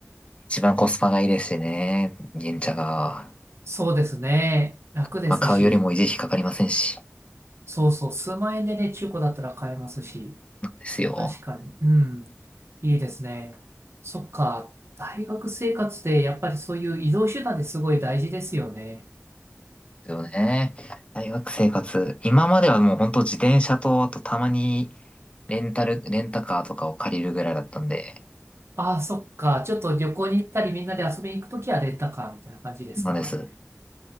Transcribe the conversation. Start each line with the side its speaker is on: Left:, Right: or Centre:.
Left: 一番コスパがいいですしね。原茶が。
Right: そうですね。楽ですし。
Left: まあ、買うよりも維持費かかりませんし。
Right: そうそう、数万円でね、中古だったら買えますし、
Left: ですよ。
Right: 確かに、うん、いいですね。そっか、大学生活でやっぱりそういう移動手段ですごい大事ですよね。
Left: ですよね。大学生活。今まではもう本当自転車と、あとたまにレンタル、レンタカーとかを借りるぐらいだったんで。
Right: ああ、そっか、ちょっと旅行に行ったりみんなで遊びに行くときはレンタカーみたいな感じですか
Left: そうなんです。